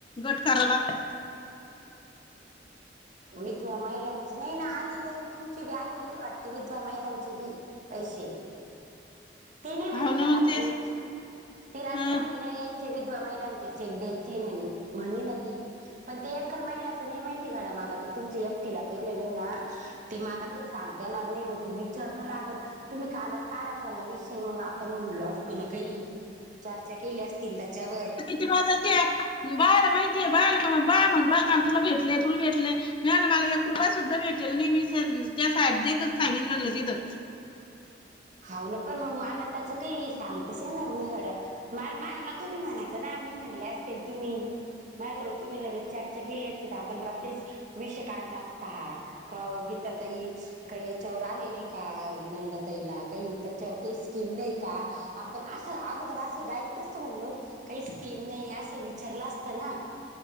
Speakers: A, on the left (about 30°); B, on the right (about 45°).
A: गट कार्य लागल्यात
B: विेधवा महिलांची नाही ना आलेली आहे तुमची भी आले नाही आहे वाटत विधवा महिलांची बी पैसे ते नाही म्हणे
A: हो ना
B: का रात्री
A: मग तेच
B: ती रात्री
A: हं
B: म्हणे नाही यायचे विधवा महिलांचे चेक द्यायचे म्हणे म्हणे ना ती पण ते एखाल महिलाच नाहीे माहिती काड मला ते तुमच्या एकटीला केलेलं ना ते मला काही सांगता येणार नाही म्हणज विचारणं लागत तुम्ही कालच काढायचा ना विषय मग आपण म्हणलो असतो ना काही चर्चा केली असतील त्याच्यावर
A: माा ते बायला माहितीये बायला म बाय म्हण राहि म तुला भेटलेय तुला भेटले <unintelligible> मिळालं मला एक रुपया सुद्धा भेटेल नाही मी त्या साहेब देच सांगन म्हल तिथं
B: हवलं पण मग मला त्याचं काही सांगताच येणार नाही गड्या म मला तुम्ही म्हणायचं ना आम्ही म्हणले असतील तुम्ही माझ्याजवळ तुम्ही लगेच चर्चा केली असते तर आपण रात्रीच विषय काढला असता हा का हो गीता ताई काय यांच्यावर आलेले का नंदाताईला काही त्याच्यावर काही स्कीम नाही का आपण असं अगोदर अस डायरेक्ट नसत म्हणलो काही स्कीम नाही असं विचारलं असत ना